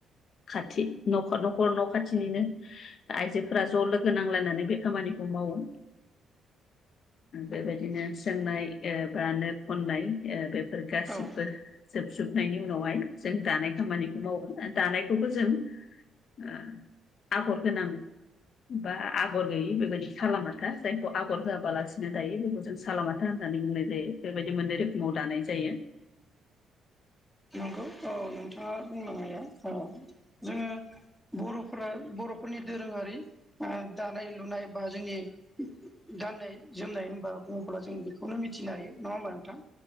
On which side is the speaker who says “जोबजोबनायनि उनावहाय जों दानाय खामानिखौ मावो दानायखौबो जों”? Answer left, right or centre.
Left